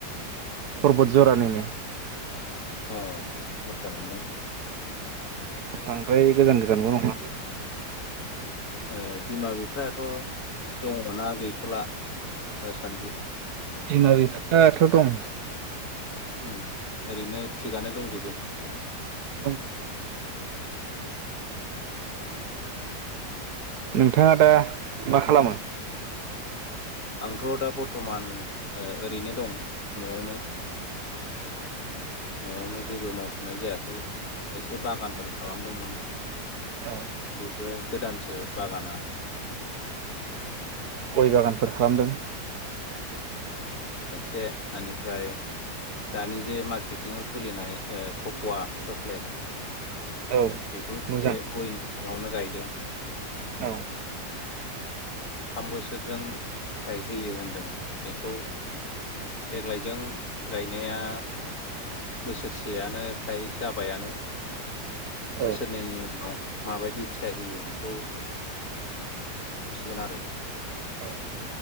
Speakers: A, on the right; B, on the left.
A: परबत जरानिनो
B: अ म जानो <unintelligible>
A: बांद्राय गोजान गोजानबो नंङा
B: ओ बिमा बिफायाथ' दङ ना गैथ'ला दासान्दि
A: बिमा बिफायाथ दं
B: ओम ओरैनो थिगानो दंजोबो
A: <inaudible>
B: औ
A: नोंथाङा दा मा खालामो?
B: आं थ' दा बर्थमान ओ ओरैनो दं। न'आवनो। न'आवनो जेबो मावथनाय जायाखै ए से बागानफोर खालामदोंमोन।
A: औ
B: बेफोर गोदानसो बागाना।
A: गय बागानफोर खालामदों।
B: बे ओनिफ्राय दानि जे मार्केटिंआव सोलिनाय ओ कक'वा चक्लेट
A: औ
B: बेखौ एसे
A: मोजां
B: गयनि सिङावनो गायदों।
A: औ।
B: थाम बोसोरजों फिथाय होयो होन्दों। बेखौ देग्लायजों गायनाया बोसोरसेयानो फ्राय जाबायानो।
A: औ
B: बोसोरनैनि उनाव माबायदि फिथाइ होयो बेखौ <inaudible> आरो।
A: औ